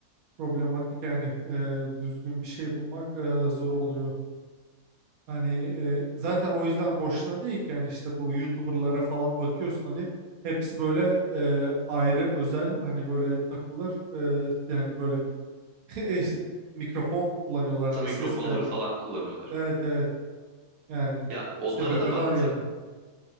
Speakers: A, on the right; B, on the right.
A: problematik yani e, düzgün bir şey bulmak e, zor oluyor. Hani e, zaten o yüzden boşuna değil ki yani işte bu YouTuber'lara falan bakıyorsun hani hepsi böyle e, ayrı özel hani böyle takılır e, yani böyle <laughs> es- mikrofon kullanıyorlar
B: Kısa
A: hani
B: mikrofonları
A: ses kaydı
B: falan
A: için.
B: kullanıyorlar.
A: Evet evet yani
B: Ya onlara
A: sebebi
B: da baktım.
A: var yani.